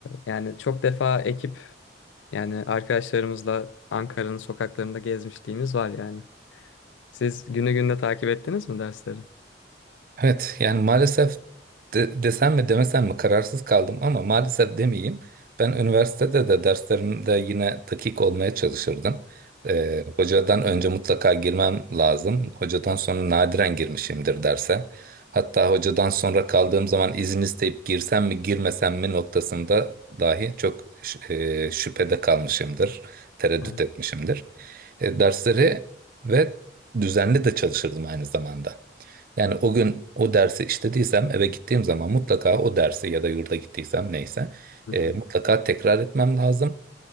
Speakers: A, on the left; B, on the right.
A: yani çok defa ekip yani arkadaşlarımızla Ankara'nın sokaklarında gezmişliğimiz var yani. Siz günü gününe takip ettiniz mi dersleri?
B: Evet yani maalesef de- desem mi demesem mi kararsız kaldım ama maalesef demeyeyim. Ben üniversitede de derslerimde yine dakik olmaya çalışırdım. Ee, hocadan önce mutlaka girmem lazım. Hocadan sonra nadiren girmişimdir derse. Hatta hocadan sonra kaldığım zaman izin isteyip girsem mi girmesem mi noktasında dahi çok ş- e, şüphede kalmışımdır. Tereddüt
A: <laughs> Evet.
B: etmişimdir. E, dersleri ve düzenli de çalışırdım aynı zamanda. Yani o gün o dersi işlediysem eve gittiğim zaman mutlaka o dersi ya da yurda gittiysem neyse
A: Hı
B: e,
A: hı.
B: mutlaka tekrar etmem lazım.